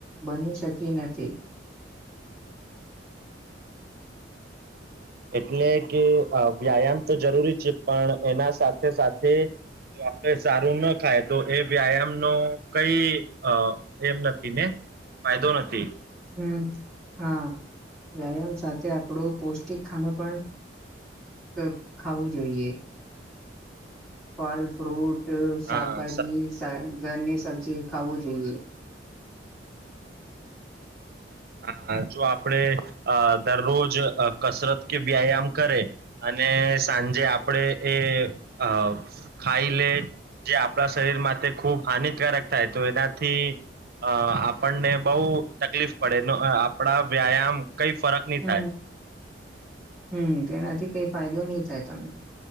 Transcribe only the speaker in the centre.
બની શકી નથી.
હમમ હા વ્યાયામ સાથે આપણું પૌષ્ટિક ખાનું પણ તો ખાવું જોઈએ. ફલ, ફ્રૂટ, શાકભાજી,
સા ઘરની સબ્જી ખાવું જોઈએ.
હુ
હુ તેનાથી કઈ ફાયદો નહી થાય તમને